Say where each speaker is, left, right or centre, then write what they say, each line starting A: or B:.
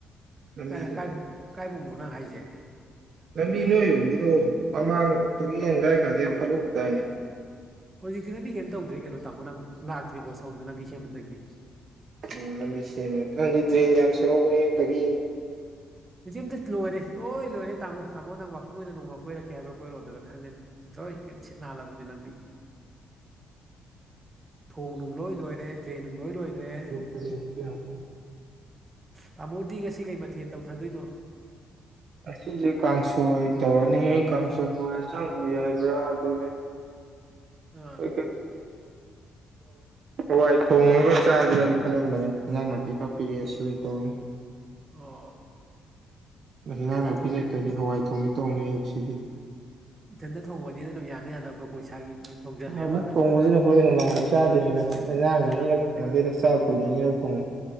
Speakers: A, on the right; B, on the right.
A: ꯂꯝꯕꯤꯗꯨꯕꯨ
B: ꯀ꯭ꯔꯥꯏ ꯀꯥꯏꯕꯨꯛ ꯀꯥꯏꯕꯨꯛꯅꯣ ꯅꯪ ꯍꯥꯏꯖꯦ
A: ꯂꯝꯕꯤ ꯅꯣꯏꯔꯣꯝꯒꯤꯗꯣ ꯃꯃꯥꯡ ꯇꯛꯌꯦꯟ ꯗꯥꯥꯏ ꯀꯥꯗꯤ ꯌꯥꯝ ꯐꯠꯂꯧꯗꯗꯥꯏꯅꯦ
B: ꯍꯧꯖꯤꯛꯇꯤ ꯂꯝꯕꯤ ꯀꯩꯝ ꯇꯧꯗ꯭ꯔꯦ ꯀꯩꯅꯣ ꯇꯥꯃꯣ ꯅꯪ ꯂꯥꯛꯇ꯭ꯔꯤꯕꯣ ꯁꯣꯝꯗ ꯂꯝꯕꯤ ꯁꯦꯝꯕꯗꯒꯤ
A: ꯎꯝ ꯂꯝꯕꯤ ꯁꯦꯝꯃꯦ ꯗ꯭ꯔꯦꯟ ꯌꯥꯝ ꯁꯦꯝꯍꯧꯕꯅꯤ ꯇꯒꯤ
B: <unintelligible> ꯂꯣꯏꯔꯦ ꯂꯣꯏ ꯂꯣꯏꯔꯦꯥꯃꯣꯥꯃ ꯅꯪ ꯋꯥꯥꯛꯡ ꯑꯣꯏꯅ ꯅꯣꯡꯃ ꯀꯣꯏꯔꯛꯀ ꯍꯥꯏꯕ꯭ꯔꯥ ꯀꯣꯏꯔꯛꯑꯣ ꯑꯗꯨꯗ ꯈꯪꯒꯅꯤ ꯂꯣꯏ ꯀꯤꯝ ꯁꯤꯠ ꯅꯥꯂꯕꯅꯤ ꯂꯝꯕꯤ꯫
A: <inaudible>
B: ꯊꯣꯡ ꯅꯨꯡ ꯂꯣꯏ ꯂꯣꯏꯔꯦ ꯗ꯭ꯔꯦꯟ ꯅꯨꯡ ꯂꯣꯏ ꯂꯣꯏꯈ꯭ꯔꯦ꯫
A: <unintelligible>
B: ꯇꯥꯃꯣꯗꯤ ꯉꯁꯤ ꯀꯩ ꯃꯊꯦꯜ ꯇꯧꯊꯗꯣꯏꯅꯣ꯫
A: ꯉꯁꯤꯁꯦ ꯀꯥꯡꯁꯣꯏ ꯇꯧꯔꯅꯤ ꯀꯥꯡꯁꯣꯏ ꯍꯣꯏ ꯆꯥꯡꯕꯤ ꯍꯥꯏꯕ꯭ꯔꯥ ꯑꯗꯨꯅꯦ꯫
B: ꯑꯥ꯫
A: <unintelligible> ꯍꯋꯥꯏ ꯊꯣꯡꯉꯒ ꯆꯥꯁꯦꯔꯥꯗꯤ ꯈꯜꯂꯝꯕꯅꯦ ꯑꯦꯟꯖꯥꯡ ꯅꯥꯄꯤ ꯈꯔ ꯄꯤꯔꯛꯑꯦ ꯁꯤ ꯑꯣꯏꯅ ꯇꯧꯔꯅꯤ꯫
B: ꯑꯣ
A: ꯑꯦꯟꯖꯥꯡ
B: ꯏꯊꯟꯇ
A: ꯅꯥꯄꯤ
B: ꯊꯣꯡ
A: ꯂꯩꯇꯗꯤ ꯍꯋꯥꯏ ꯊꯣꯡꯅꯤ ꯇꯧꯅꯤ ꯑꯥꯁꯤꯗꯤ
B: ꯏꯊꯟꯗ ꯊꯣꯡꯕꯅꯤꯅ ꯑꯗꯨꯝ ꯌꯥꯅ ꯌꯥꯅꯕꯀꯣꯏ ꯏꯁꯥꯒꯤ꯫ ꯑꯗꯨꯝ ꯊꯣꯡꯖꯜꯂꯦꯕ
A: ꯑꯃꯨꯛ ꯊꯣꯡꯕꯁꯤꯅ ꯍꯣꯔꯦꯟ ꯅꯨꯡꯃꯥꯏꯕ ꯆꯥꯗꯣꯏꯅꯤꯅ ꯑꯦꯟꯖꯥꯡ
B: ꯑꯥ
A: ꯑꯅꯤꯔꯛ ꯊꯣꯡꯅꯗꯦꯗ ꯆꯥꯛꯄꯨꯗꯤ ꯑꯅꯤꯔꯛ ꯊꯣꯡꯉꯤ